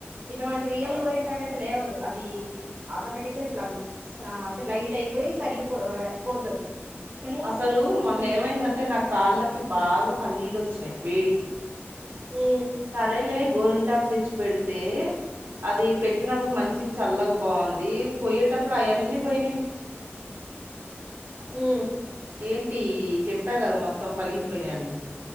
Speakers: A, on the right; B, on the right.
A: ఇట్లా మనకి రియల్ గోరింటాక అయితే లేవదు అది ఆటోమేటిక్ గా ఇట్లా అంటే లైట్ అయిపోయి కరిగిపో పోతది కానీ
B: అసలు మొన్న
A: ఈ
B: ఏమైందంటే నా కాళ్ళకి బాగా పగిల్లోచ్చినాయి వేడికి
A: ఉ
B: సరేలే గోరింటాకు తెచ్చి పెడితే అది పెట్టినప్పుడు మంచి చల్లగా బాగుంది పోయేటప్పుడు అవన్నీ పోయినాయి
A: ఉ
B: ఏంటి చెప్పా కదా మొత్తం పగిలిపోయినాన్ని